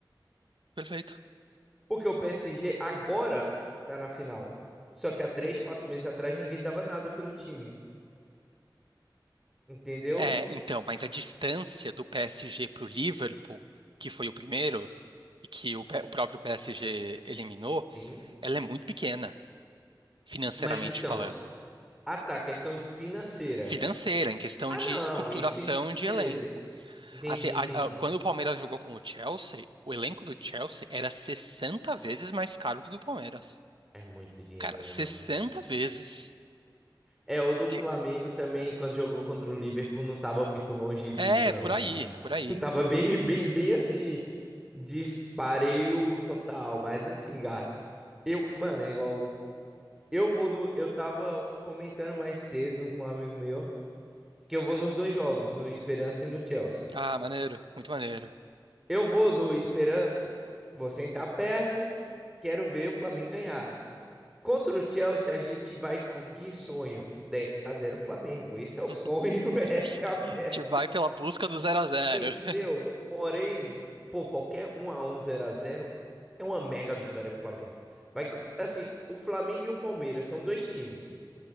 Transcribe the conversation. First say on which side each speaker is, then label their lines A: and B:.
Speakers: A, on the right; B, in the centre.
A: Perfeito.
B: Porque o PSG agora tá na final. Só que há três, quatro meses atrás ninguém dava nada pelo time. Entendeu?
A: É, então, mas a distância do PSG para o Liverpool, que foi o primeiro, e que o, P- o próprio PSG eliminou,
B: Sim.
A: ela é muito pequena, financeiramente
B: Mas então,
A: falando.
B: ah tá, questão financeira.
A: Financeira, em questão
B: Ah
A: de
B: não,
A: estruturação
B: isso. en- Beleza.
A: de elenco.
B: Entendi,
A: Assim, a-
B: entendi.
A: a- quando o Palmeiras jogou com o Chelsea, o elenco do Chelsea era 60 vezes mais caro que o do Palmeiras.
B: É muito dinheiro,
A: Cara,
B: né,
A: 60
B: mano?
A: vezes.
B: É, o do
A: Se-
B: Flamengo também, quando jogou contra o Liverpool, não tava muito longe
A: É,
B: disso,
A: é
B: não,
A: por aí,
B: tá?
A: é por aí.
B: <laughs> Tava bem, bem, bem assim, dispareio total. Mas assim, Gá, eu, mano, é igual Eu vou no. Eu tava comentando mais cedo com um amigo meu que eu vou nos dois jogos, no Esperança e no Chelsea.
A: Ah, maneiro, muito maneiro.
B: Eu vou no Esperança, vou sentar perto, quero ver o Flamengo ganhar. Contra o Chelsea, a gente vai com que sonho? dez a zero Flamengo. Esse é o
A: <laughs>
B: sonho, <laughs> essa é a meta,
A: A gente vai pela busca do zero a zero?
B: entendeu?
A: <laughs>
B: Porém, pô, qualquer um a um zero a zero é uma mega vitória pro Flamengo. Vai, co- assim, o Flamengo e o Palmeiras são dois times